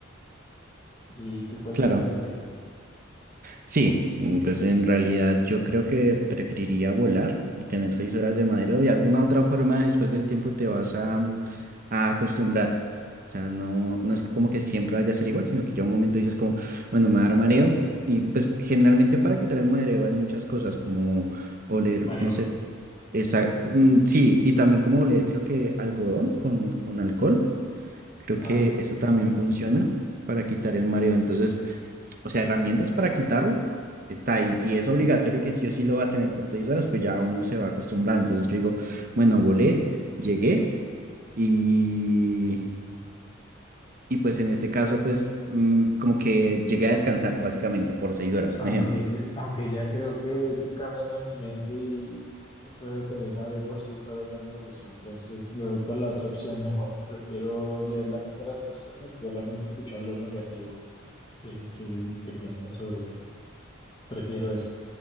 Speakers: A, on the left; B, on the right.
A: ¿Y tú cuál
B: Claro,
A: preferirías?
B: sí, mm, pues en realidad yo creo que preferiría volar y tener seis horas de mareo. De alguna otra forma, después del tiempo te vas a, a acostumbrar. O sea, no, no es como que siempre vaya a ser igual, sino que ya un momento dices como, bueno, me va a dar mareo. Y pues generalmente para quitar el mareo hay muchas cosas como oler,
A: Mareol.
B: no sé, s- esa, mm, sí, y también como oler creo que algodón con, con alcohol Creo
A: Ah,
B: que
A: sí,
B: eso también
A: tal vez.
B: funciona para quitar el mareo. Entonces, o sea, herramientas para quitarlo está ahí. Si es obligatorio que sí o sí lo va a tener por seis horas, pues ya uno se va a acostumbrar. Entonces yo digo, bueno, volé, llegué y, y pues en este caso, pues mm, como que llegué a descansar básicamente por seis horas, un
A: Aunque,
B: ejemplo.
A: aunque ya creo que estoy cambiando mi mente y eso de tener mareo por seis horas ya no me gustó, entonces me voy por la otra opción mejor. Prefiero leer la mente de las personas y solamente escuchar lo negativo que, que, di- que piensan sobre mí. Prefiero eso.